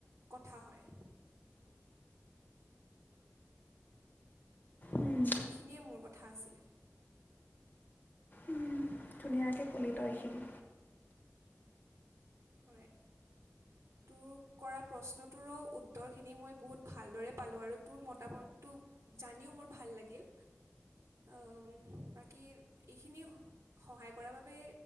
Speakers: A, on the right (about 80°); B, on the left (about 40°).
A: কথা হয়।
B: উম।
A: এইখিনিয়ে মোৰ কথা আছিলে।
B: উম ধুনীয়াকে কলি ত‌ই এইখিনি।
A: হয়। তোৰ কৰা প্ৰশ্নটোৰো উত্তৰখিনি মই বহুত ভালদৰে পালোঁ। আৰু তোৰ মতামতটো জানিও মোৰ ভাল লাগিল। অ বাকী এইখিনি- সহায় কৰাৰ বাবে